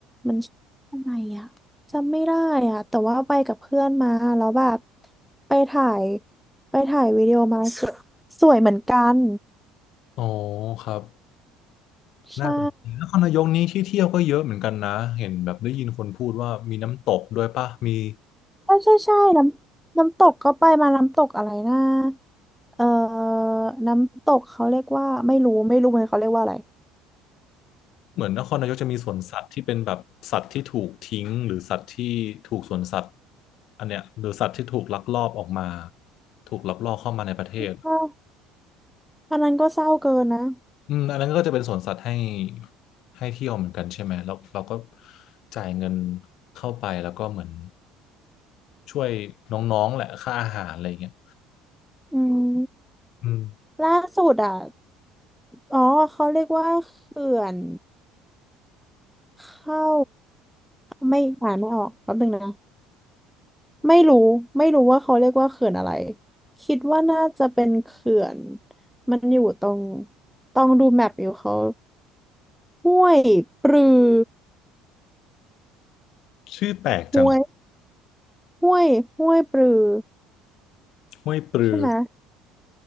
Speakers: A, in the centre; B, on the left.
A: มันชื่ออะไรอะจำไม่ได้อะแต่ว่าไปกับเพื่อนมาแล้วแบบไปถ่ายไปถ่ายวิดีโอมา <laughs> สวยสวยเหมือนกัน
B: อ๋อครับ
A: ใช่
B: น่าสนใจนครนายกนี้ที่เที่ยวก็เยอะเหมือนกันนะเห็นแบบได้ยินคนพูดว่ามีน้ำตกด้วยป่ะมี
A: ใช่ใช่ใช่น้ำน้ำตกก็ไปมาน้ำตกอะไรนะเอ่อน้ำตกเขาเรียกว่าไม่รู้ไม่รู้เหมือนเขาเรียกว่าอะไร
B: เหมือนนครนายกจะมีสวนสัตว์ที่เป็นแบบสัตว์ที่ถูกทิ้งหรือสัตว์ที่ถูกสวนสัตว์อันเนี้ยหรือสัตว์ที่ถูกลักลอบออกมาถูกลักลอบเข้ามาในประเทศ
A: เศร้าอันนั้นก็เศร้าเกินนะ
B: อืมอันนั้นก็จะเป็นสวนสัตว์ให้ให้เที่ยวเหมือนกันใช่ไหมแล้วเราก็จ่ายเงินเข้าไปแล้วก็เหมือนช่วยน้องๆแหละค่าอาหารอะไรอย่างเงี้ย
A: อืม
B: <laughs> อืม
A: ล่าสุดอ่ะอ๋อเขาเรียกว่าเขื่อนเข้าไม่อ่านไม่ออกแป๊บนึงนะ ไม่รู้ไม่รู้ว่าเขาเรียกว่าเขื่อนอะไรคิดว่าน่าจะเป็นเขื่อนมันอยู่ตรงต้องดูแมปอยู่เขาห้วยปรือ
B: ชื่อแปลกจัง
A: ห้วยห้วยห้วยปรือ
B: ห้วยปลือ
A: ใช่ไหม